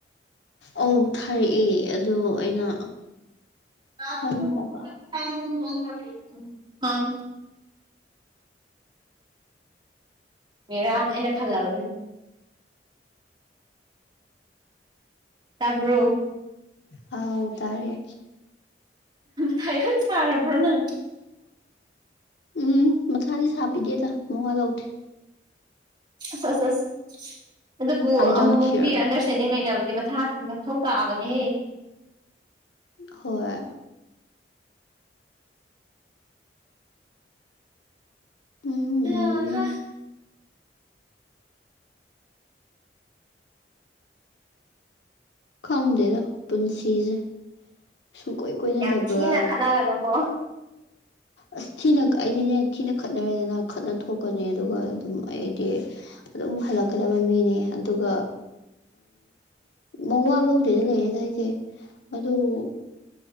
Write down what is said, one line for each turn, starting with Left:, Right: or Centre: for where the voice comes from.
Left: ꯑꯧ ꯊꯥꯔꯛꯑꯦ ꯑꯗꯣ ꯑꯩꯅ
Right: <unintelligible>
Left: ꯍꯟꯗꯕ
Right: <inaudible> ꯃꯦꯔꯥꯅ ꯑꯩꯅ ꯈꯜꯂꯕꯅꯤ ꯇꯥꯕ꯭ꯔꯣ
Left: ꯥꯎ ꯇꯥꯔꯦ
Right: ꯇꯥꯏ ꯍꯧꯣꯟ ꯁꯥꯥꯔꯔꯕ꯭ꯔꯣꯅ
Left: ꯎꯝ ꯃꯊꯥꯗꯤ ꯁꯥꯄꯤꯗꯦꯗ ꯃꯉꯥ ꯂꯧꯊꯦ
Right: ꯑꯁ ꯑꯁ ꯑꯁ ꯑꯗꯨꯕꯨ
Left: ꯑꯥꯏ ꯗꯣꯟ
Right: ꯑꯃꯨꯛꯃꯨꯛꯇꯤ
Left: ꯀꯤꯌꯔ
Right: ꯑꯟꯗꯔꯁꯇꯦꯟꯗꯤꯡ ꯂꯩꯅꯕ ꯑꯗꯨꯗꯤ ꯃꯊꯥ ꯃꯊꯧ ꯇꯥꯛꯑꯕꯅꯦꯍꯦ
Left: ꯍꯣꯏ ꯎꯝ
Right: ꯑ ꯍ
Left: ꯈꯪꯗꯦꯗ ꯄꯨꯟꯁꯤꯁꯦ ꯁꯨꯡꯀꯣꯏ ꯀꯣꯏꯅꯗꯕ
Right: ꯌꯥꯝ ꯊꯤꯅ ꯈꯠꯅꯒꯅꯨꯀꯣ
Left: ꯑ ꯊꯤꯅ ꯀ ꯑꯩꯗꯤꯅꯦ ꯊꯤꯅ ꯈꯠꯅꯔꯦꯗꯅ ꯈꯠꯅ ꯊꯣꯛꯀꯅꯤ ꯑꯗꯨꯒ ꯑꯗꯨꯝ ꯑꯩꯗꯤ ꯑꯗꯨꯝ ꯍꯜꯂꯛꯀꯗꯕ ꯃꯤꯅꯦ ꯑꯗꯨꯒ ꯃꯋꯥ ꯂꯧꯗꯦꯗ ꯂꯩꯔꯦꯗ ꯑꯩꯁꯦ ꯑꯗꯨꯗ